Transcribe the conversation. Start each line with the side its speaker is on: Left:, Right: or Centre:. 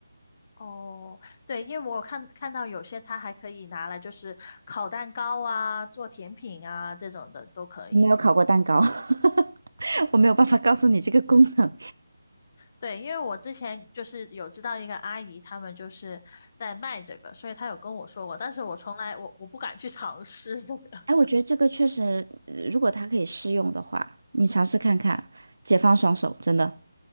Left: 哦，对，因为我看看到有些它还可以拿来就是烤蛋糕啊、做甜品啊这种的都可以。
Right: 我没有烤过蛋糕，<laughs> 我没有办法告诉你这个功能。
Left: 对，因为我之前就是有知道一个阿姨，他们就是在卖这个，所以她有跟我说过，但是我从来我我不敢去尝试这个。<laughs>
Right: 哎，我觉得这个确实，呃如果它可以试用的话，你尝试看看，解放双手，真的。